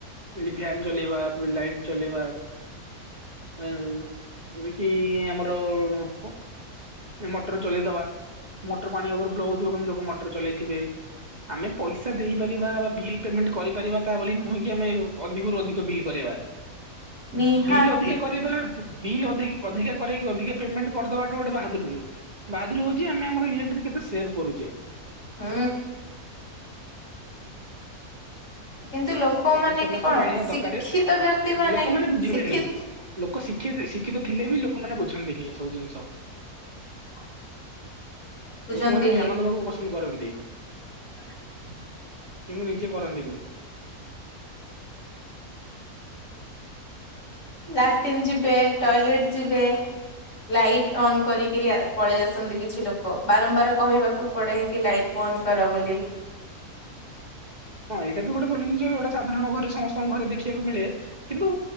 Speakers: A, on the right (about 30°); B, on the left (about 55°).
A: <unintelligible> ଫ୍ୟାନ୍ ଚଲେଇବା, ଲାଇଟ୍ ଚଲେଇବା। ଏ ନାଇ ଏବେ କି ଆମର ହୋ ଏ ମଟର ଚଲେଇଦବା। ମଟର ପାଣି ଓଭର୍ ଫ୍ଲୋ ହଉଥିବ କିନ୍ତୁ ଲୋକ ମଟର ଚଲେଇଥିବେ। ଆମେ ପଇସା ଦେଇପାରିବା ବା ବିଲ୍ ପେମେଣ୍ଟ କରିପାରିବା ତା ବୋଲି ନୁହେ କି ଆମେ ଅଧିକରୁ ଅଧିକ ବିଲ୍ କରିବା। ଉ,
B: ନିହାତି
A: ବିଲ୍ ଅଧିକା କରିବା, ବିଲ୍ ଅଧିକି ଅଧିକା କରେଇକି ଅଧିକା ପେମେଣ୍ଟ କରିଦବା ଗୋଟେ ବାହାଦୁରି ନୁହେଁ। ବାହାଦୁରି ହଉଚି ଆମେ ଆମର ଇଲେକ୍ଟ୍ରି କେତେ ସେଭ୍ କରୁଛେ।
B: ହୁଁ। କିନ୍ତୁ ଲୋକମାନେ
A: ଏଇଟା ସମସ୍ତେ
B: କଣ
A: ଜାଣିବା
B: ଶିକ୍ଷିତ
A: ଦରକାର
B: ବ୍ୟକ୍ତି ମାନେ
A: ଲୋକମାନେ ବୁଝିବେନି।
B: ଶିକ୍ଷିତ୍
A: ଲୋକ ଶିକ୍ଷିତେ ଶିକ୍ଷିତ ଥିଲେ ବି ଲୋକମାନେ ବୁଝନ୍ତିନି ଏ ସବୁ ଜିନିଷ।
B: <inaudible> ବୁଝନ୍ତିନି
A: ଲୋକମାନେ ଜ୍ଞାନ ଦବାକୁ ପସନ୍ଦ କରନ୍ତି।
B: ଆଚ୍ଛା <inaudible>
A: କିନ୍ତୁ ନିଜେ କରନ୍ତିନି।
B: ଲାଟିନ୍ ଯିବେ, ଟଏଲେଟ୍ ଯିବେ। ଲାଇଟ୍ ଅନ୍ କରିକିରି ଆ, ପଳେଇ ଆସନ୍ତି କିଛି ଲୋକ। ବାରମ୍ବାର କହିବାକୁ ପଡେ କି ଲାଇଟ୍ ବନ୍ଦ କର ବୋଲି।
A: ହଁ ଏଇଟା ବି ଗୋଟେ ଭଲ ଜିନିଷ ଏବେ ଗୋଟେ ସାଧାରଣ ଘରେ ସମସ୍ତଙ୍କ ଘରେ ଦେଖିବାକୁ ମିଳେ। କିନ୍ତୁ